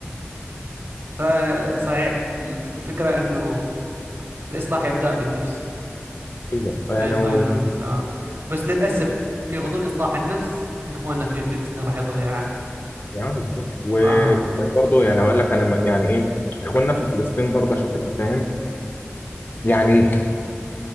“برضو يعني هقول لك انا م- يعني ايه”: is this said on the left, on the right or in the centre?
Left